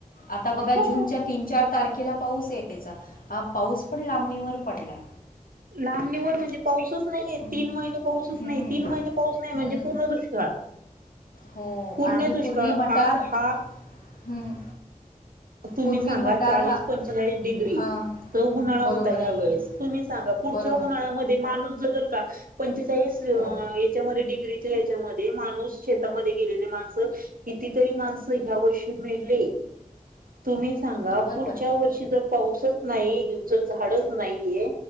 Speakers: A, on the left (about 75°); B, on the right (about 80°).
A: आता बघा
B: हो
A: जूनच्या तीन चार तारखेला पाऊस येतेचा. हा पाऊस पण लांबणीवर पडलाय.
B: लांबणीवर म्हणजे पाऊसच नाहीयेय,
A: हम्म,
B: तीन महिने पाऊसच
A: हम्म,
B: नाहीयेय, तीन महिने पाऊस नाही म्हणजे
A: हम्म.
B: पूर्ण दुष्काळ.
A: हो
B: पूर्णे
A: आणि
B: दुष्काळ,
A: पूर्वी मटार
B: आज हा
A: हम्म.
B: तुम्ही
A: पूर्वी
B: सांगा,
A: मटार
B: चाळीस
A: हा
B: पंचेचाळीस डिग्री
A: हां
B: त उन्हाळ होता
A: बरोबर
B: ह्या
A: आहे
B: वेळेस, तुम्ही सांगा पुढच्या
A: बरोबर
B: उन्हाळ्यामध्ये माणूस जगल का? पंचेचाळीस
A: हो
B: त्यामधे डिग्रीच्या याच्यामध्ये माणूस, शेतामध्ये गेलेले माणसं कितीतरी माणसं ह्या वर्षी मेले. तुम्ही सांगा,
A: बरोबर
B: पुढच्या वर्षी जर पाऊसच नाही, जर झाडंच नाहीये